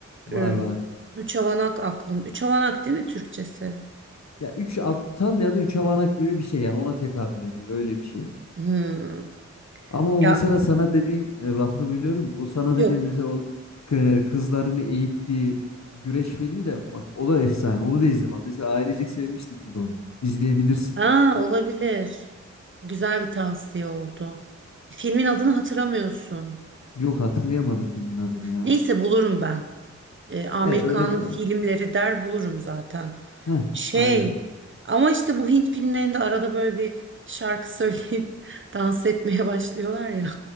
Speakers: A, on the left; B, on the right.
A: Var
B: Ee,
A: var.
B: üç havanak aklım. Üç havanak değil mi Türkçesi?
A: Ya üç aptal ya da üç avanak gibi bir şey yani ona tekabül ediyor öyle bir şey.
B: Hmm.
A: Ama
B: Ya
A: o mesela sana dediğim e, lafını bölüyorum. O sana
B: yok.
A: dediğim mesela o k- kızlarını eğittiği güreş filmi de bak o da efsane. Onu da izle bak. Mesela ailecek sevmiştik biz onu. İzleyebilirsin.
B: Aa, olabilir. Güzel bir tavsiye oldu. Filmin adını hatırlamıyorsun.
A: Yok hatırlayamadım filmin adını ya.
B: Neyse bulurum ben. Ee, Amir
A: He öyle
B: Khan'ın
A: bir
B: filmleri der bulurum zaten.
A: Heh,
B: Şey
A: aynen.
B: ama işte bu Hint filmlerinde arada böyle bir şarkı söyleyip <laughs> dans etmeye başlıyorlar ya.